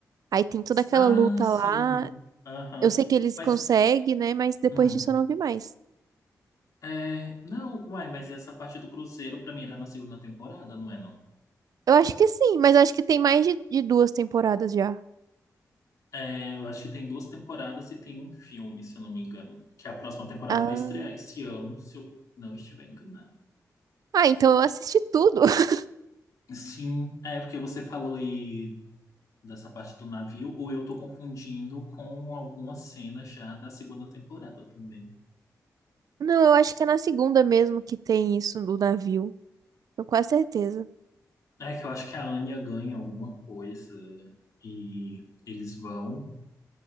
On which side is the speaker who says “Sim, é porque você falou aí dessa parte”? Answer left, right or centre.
Left